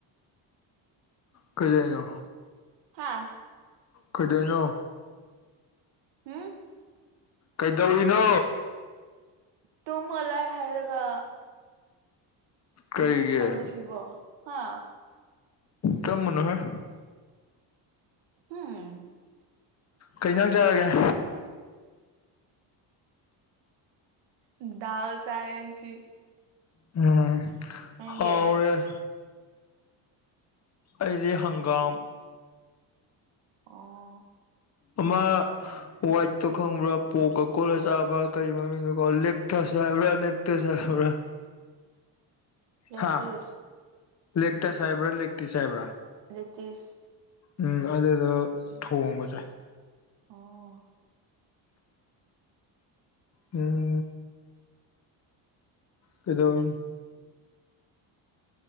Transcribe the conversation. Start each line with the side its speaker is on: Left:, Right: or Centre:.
Left: ꯀꯩꯍꯥꯢꯅꯣ
Right: ꯍꯥꯥ
Left: ꯀꯩꯗꯣꯏꯅꯣ
Right: ꯍꯨꯝ
Left: ꯀꯩꯗꯧꯔꯤꯅꯣ
Right: ꯇꯨꯝꯃꯒꯂꯩ ꯍꯥꯏꯔꯒ
Left: ꯀꯩꯒꯤ
Right: ꯑꯃꯣꯛ ꯍꯪꯉꯁꯤꯕꯣ ꯍꯥ
Left: ꯀꯔꯝꯕꯅꯣꯍꯧ
Right: ꯍꯨꯝ
Left: ꯀꯩ ꯍꯤꯟꯖꯥꯡ ꯆꯥꯔꯒꯦ
Right: ꯗꯥꯜ ꯆꯔꯦꯁꯤ
Left: ꯎꯝ
Right: ꯅꯪꯗꯤ
Left: ꯍꯥꯎꯔꯦ ꯑꯗꯤ ꯍꯪꯒꯥꯝ
Right: ꯑꯣ
Left: ꯑꯃꯥ ꯋꯥꯏꯇꯣ ꯈꯪꯕ꯭ꯔꯥ ꯄꯣꯛꯀ ꯀꯣꯜꯂ ꯆꯥꯕ ꯀꯔꯤ ꯃꯃꯤꯡꯗꯣꯀꯣ ꯂꯦꯛꯇꯁ ꯍꯥꯏꯕ꯭ꯔꯥ ꯂꯦꯛ ꯇꯩꯖꯦ ꯍꯧꯔꯦꯟ
Right: ꯂꯦꯇꯤꯁ
Left: ꯍꯥꯥ ꯂꯦꯛꯇꯁ ꯍꯥꯢꯕ꯭ꯔꯥ ꯂꯦꯛꯇꯤꯁ ꯍꯥꯢꯕ꯭ꯔꯥ
Right: ꯅꯦꯛꯇꯤꯁ
Left: ꯎꯝ ꯑꯗꯨꯗꯣ ꯊꯣꯡꯕ ꯆꯥꯏ
Right: ꯑꯣ
Left: ꯎꯝ ꯀꯩꯗꯧꯔꯤꯟ